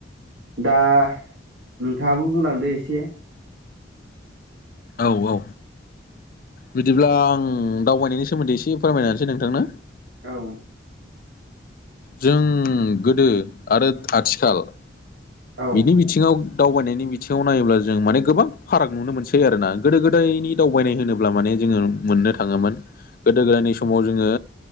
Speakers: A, on the right; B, on the left.
A: दा नोंथाङाबो बुंलांदो एसे
B: औ औ बिदिब्ला आं दावबायनायनि सोमोन्दै एसे फोरमायसै नोंथांनो
A: औ
B: जों गोदो आरो आथिखाल
A: औ
B: बिनि बिथिङाव दावबायनायनि बिथिङाव नायोब्ला जों माने गोबां फाराग नुनो मोनसै आरोना गोदो गोदायनि दावबायनाय होनोब्ला माने जोङो मोननो थाङोमोन गोदो गोदायनि समाव जोङो